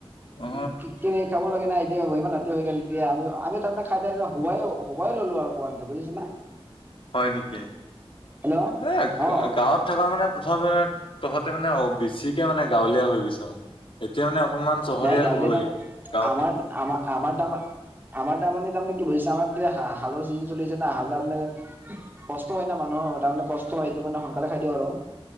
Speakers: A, on the left; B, on the right.
A: অ
B: কি। কেনেক খাব লাগে না এতিয়া, ইমান ৰাতি হৈ গেল তেতিয়া, আমিও তাৰমানে খাইদাই হোবাই-হোবাই ললো আৰু কোৱা নি বুজিছানা।
A: হয় নেকি,
B: হেল্ল'
A: এ
B: অ
A: গাঁৱত। থকা মানে তথ তহঁতে মানে বেছিকে মানে গাঁৱলীয়া হৈ গৈছে মানে এতিয়া মানে। অকণমান চহৰীয়া
B: নাই গাঁৱলীয়া
A: হ'ব লাগে,
B: কাম
A: গাঁৱত
B: আমাৰ
A: থাকি।
B: আমাৰ, আমাৰ তামা আমাৰ তাৰমানে তাৰমানে কি বুজিছা, আমাৰ এতিয়া হালৰ চিজন চলিছে না, হাল তাৰ মানে। কষ্ট হয় না মানুহৰ, তাৰমানে কষ্ট হয়, সেইটো কাৰণে সোনকালে খাই দিওঁ আৰু।